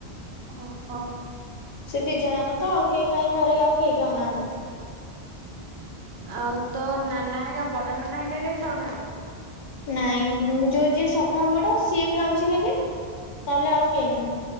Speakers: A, on the right; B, on the left.
A: ଓହୋ।
B: ସେ ଦି ଜଣଙ୍କୁ ତ ଆଉ କେହି କାହିଁ ଘରେ ଆଉ କେହି ଖାଉନାହାନ୍ତି।
A: ଆଉ ତୋ ନାନା ହେକା ବଡ ନାନା ହେକା କେହି ଖାଉନାହାନ୍ତି।
B: ନାଇଁ ଯୋଉ ଯିଏ ସଭା ବଡ ସିଏ ଖାଉଛି ଖାଲି ନହେଲେ ଆଉ କେହି ନୁହଁ।